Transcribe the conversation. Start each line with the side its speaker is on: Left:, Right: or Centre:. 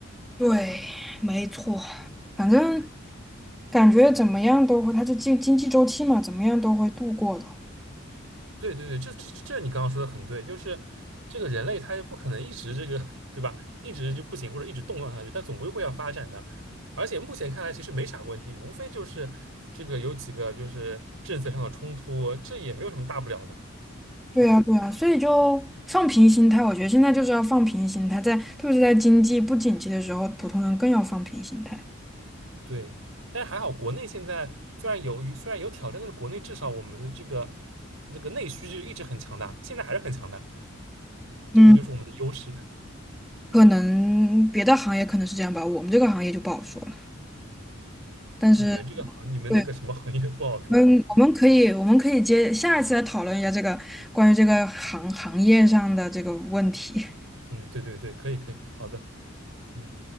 Centre: 对，没错，反正感觉怎么样都会，它是经经济周期嘛，怎么样都会度过的。
Right: 对对对，这这这你刚刚说的很对，就是这个人类他就不可能一直这个，<laughs> 对吧？一直就不行或者一直动荡下去，他总归会要发展的。而且目前看来其实没啥问题，无非就是这个有几个就是政策上的冲突，这也没有什么大不了的。
Centre: 对呀，
Right: 嗯，
Centre: 对呀，所以就放平心态，我觉得现在就是要放平心态，在特别是在经济不景气的时候，普通人更要放平心态。
Right: 对。但是还好，国内现在虽然有虽然有挑战，但是国内至少我们的这个这个内需就一直很强大，现在还是很强大，
Centre: 嗯。
Right: 这个就是我们的优势。
Centre: 可能别的行业可能是这样吧，我们这个行业就不好说了。
Right: <laughs>
Centre: 但是，
Right: 你们这个行你们那个什么行业不好说。
Centre: 对，我们，我们可以，我们可以接下一次来讨论一下这个关于这个行行业上的这个问题。
Right: 嗯，对对对，可以可以，好的。嗯。